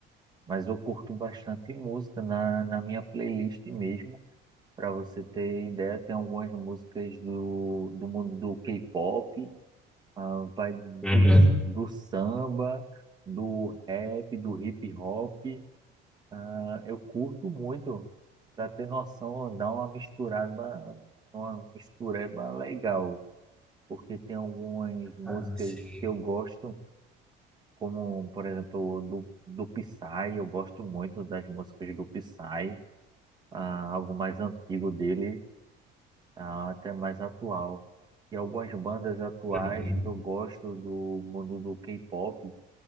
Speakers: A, on the right; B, in the centre.
A: mas eu curto bastante música na, na minha playlist mesmo. Para você ter ideia, tem algumas músicas do, do mundo do K-pop, ah, vai do,
B: Uhum.
A: do samba, do rap, do hip hop. Ah, eu curto muito. Para ter noção, dá uma misturada, uma mistureba legal, porque tem algumas músicas
B: Ah, sim.
A: que eu gosto. como, por exemplo, do, do Psy, eu gosto muito das músicas do Psy, ah, algo mais antigo dele, ah, até mais atual. E algumas bandas atuais
B: Uhum.
A: que eu gosto do mundo do K-pop,